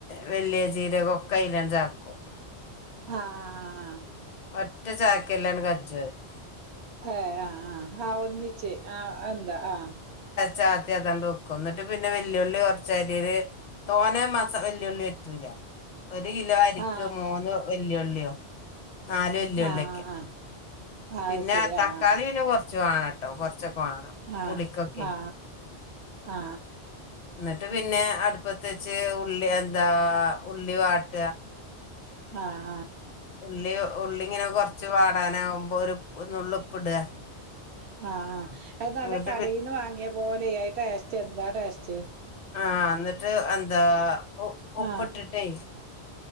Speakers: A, on the left; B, on the right.
A: വല്ല്യ ജീരകോക്കെ അയിലാ ചേർക്കും
B: ആഹ് ആഹ് ആഹ് ആഹ്
A: ഒറ്റ ചായക്കല്ലാങ്ങട് <unintelligible>
B: ഏഹ് ആഹ് ആഹ് ആഹ് ഒന്നിച്ച് ആഹ് എന്താ ആഹ്
A: ചാത്തിഅതാണ്ട് വെക്കും എന്നിട്ട് പിന്നെ വെ ല്ലുള്ളി കൊറച്ചരിയല് തോനേം മസാ വല്യുള്ളി വഴറ്റൂല ഒരു കിലോ അരിക്ക്
B: ആ
A: മൂന്ന് വല്ലുള്ളിയോ ന്നാലും <unintelligible>
B: ആ ആ ആ ആ അത്
A: പിന്നെ
B: ശരി
A: തക്കാളീനെ
B: ആ
A: കൊറച്ച് വേണ ട്ടോ കൊറച്ചൊക്കെ വേണം
B: ആ
A: പുളിക്കൊക്കെ
B: ആ ആ ആ ആ ആ
A: എന്നിട്ട് പിന്നെ അടുപ്പത്തു വച്ച് ഉള്ളി എന്താ ഉള്ളി വാട്ട
B: ആഹ്
A: ഉള്ളി ഉള്ളിങ്ങനെ കൊറച്ച് വാടാനാകും <unintelligible> നുള്ള് ഉപ്പിടുക
B: ആ ആ അത് നല്ല
A: എന്നിട്ട്
B: കടയിൽ
A: പി
B: നിന്ന് വാങ്ങിയ പോലെയി ടെസ്‌ ചെന്താടെസ്റ്റ്
A: ആഹ് എന്നിട്ട് എന്താ ഉപ്പിട്ടിട്ടേ
B: ആ